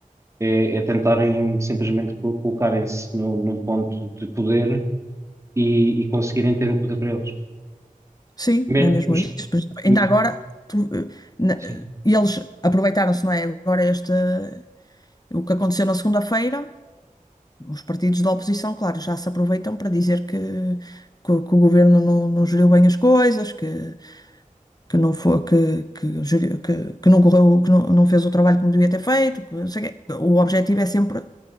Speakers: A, on the right; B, on the left.
A: é, é tentarem simplesmente co- colocarem-se no- num ponto de poder e, e conseguirem ter o poder para eles.
B: Sim,
A: Me-
B: é mesmo
A: os-
B: isso. Por isso, ainda
A: m-
B: agora, tu, eh, na-
A: sim.
B: eh, eles aproveitaram-se, não é? Agora este, eh, o que aconteceu na segunda-feira, os partidos da oposição, claro, já se aproveitam para dizer que, que, o que o governo não, não geriu bem as coisas, que, que não foi, que, que, geriu- que, que não correu, que não, não fez o trabalho como devia ter feito. que não sei o quê. O objetivo é sempre